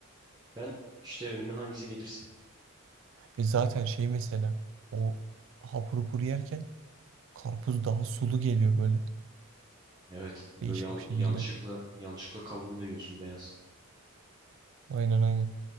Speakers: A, on the right; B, on the right.
A: Ben işte önüme hangisi gelirse.
B: E zaten şey mesela o hapur hapur yerken karpuz daha sulu geliyor böyle
A: Evet. Böyle
B: değişik
A: yan-
B: bir şekilde.
A: yanlışlıkla yanlışlıkla kabuğunu da yiyorsun beyaz.
B: Aynen aynen.